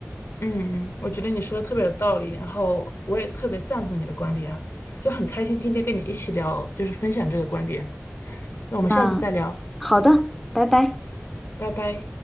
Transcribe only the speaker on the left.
嗯嗯，我觉得你说的特别有道理，然后我也特别赞同你的观点啊，就很开心今天跟你一起聊，就是分享这个观点。那我们下次再聊，
拜拜。